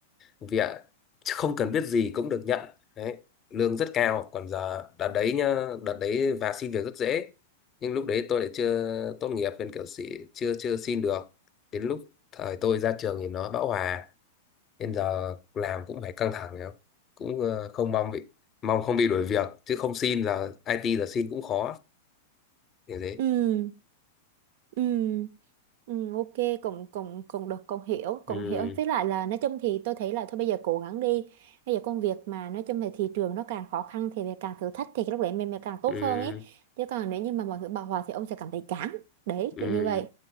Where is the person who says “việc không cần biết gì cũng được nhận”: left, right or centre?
Left